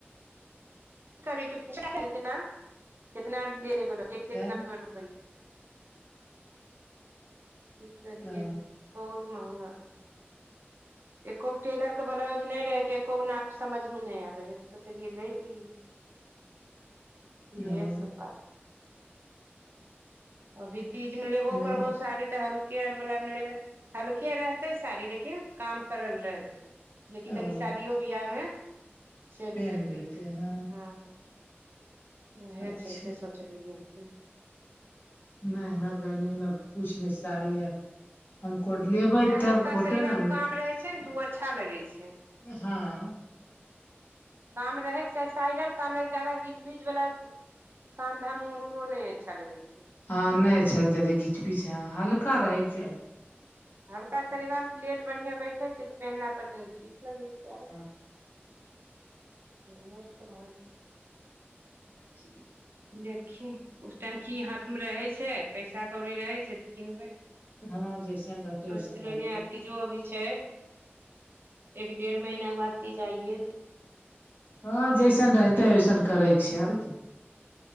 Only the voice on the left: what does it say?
तब
ओ
<inaudible>
ओ
नहि
ओ
पेन्ह
लेते
हैं
अच्छा
नै हमरा गर्मीमे कुछ नै साड़ी अर हम कोड लेबै
त
अब कोटन
आ नै
त
हाॅं
ह नै छैय जदी घीच पिच ह हल्का रहै के चाही
बस
हँ
त <inaudible>
हँ जैसन रहतै
वैसन रहतै
हँ जैसन रहतै ओैसन करैके छै आर की